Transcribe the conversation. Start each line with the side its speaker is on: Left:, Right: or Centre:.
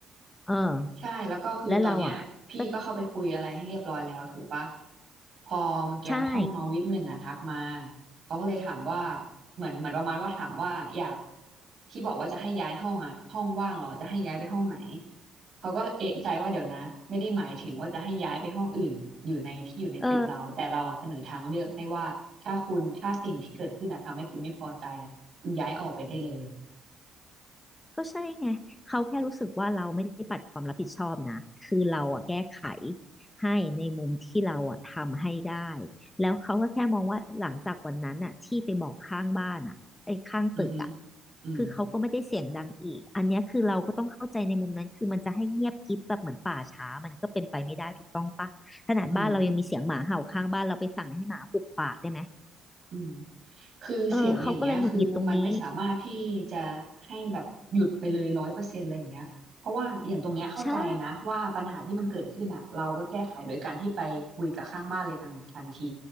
Left: เออ
Right: ใช่แล้วก็คือตอนเนี้ยพี่ก็เข้าไปคุยอะไรให้เรียบร้อยแล้วถูกปะ
Left: แล้วเราอ่ะก็
Right: พอเมื่อกี้ห้องน้องวิปหนึ่งอะทักมา
Left: ใช่
Right: เขาก็เลยถามว่าเหมือนเหมือนประมาณว่าถามว่าอยากที่บอกว่าจะให้ย้ายห้องอะห้องว่างเหรอจะให้ย้ายไปห้องไหนเขาก็เอะใจว่าเดี๋ยวนะไม่ได้หมายถึงว่าจะให้ย้ายไปห้องอื่นอยู่ในที่อยู่ในตึกเราแต่เราอะเสนอทางเลือกให้ว่าถ้าคุณถ้าสิ่งที่เกิดขึ้นอะทำให้คุณไม่พอใจอะคุณย้ายออกไปได้เลย
Left: เออก็ใช่ไงเขาแค่รู้สึกว่าเราไม่ได้ปัดความรับผิดชอบนะคือเราอ่ะแก้ไขให้ในมุมที่เราอ่ะทำให้ได้แล้วเขาก็แค่มองว่าหลังจากวันนั้นอ่ะที่ไปบอกข้างบ้านอ่ะไอ้ยข้างตึกอ่ะ
Right: อือฮึอืม
Left: คือเขาก็ไม่ได้เสียงดังอีกอันเนี้ยคือเราก็ต้องเข้าใจในมุมนั้นคือมันจะให้เงียบกริบแบบเหมือนป่าช้ามันก็เป็นไปไม่ได้ถูกต้องปะขนาดบ้านเรายังมีเสียงหมาเห่าข้างบ้านเราไปสั่งให้หมาหุบปากได้ไหม
Right: อืม อืมคือเสียงอย่างเงี้ยคือมันไม่สามารถที่จะ
Left: เออเขาก็เลยหงุดหงิดตรงนี้
Right: ให้แบบหยุดไปเลยร้อยเปอร์เซ็นต์อะไรอย่างเงี้ยเพราะว่าอย่างตรงเนี้ยเข้าใจนะว่าปัญหาที่มันเกิดขึ้นอ่ะเราก็แก้ไขโดยการที่ไปคุยกับข้างบ้านเลยทันทันที
Left: ใช่